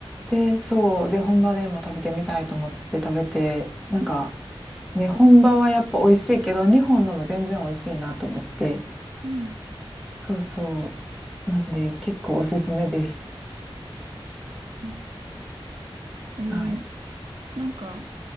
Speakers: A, in the centre; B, on the right.
A: で、そう、で、本場でも食べてみたいと思って食べて、なんか、ね、本場はやっぱ美味しいけど、日本のも全然美味しいなと思って、
B: うん。
A: そうそう。なんで、結構おすすめです。
B: うんベトナム、
A: はい。
B: なんか、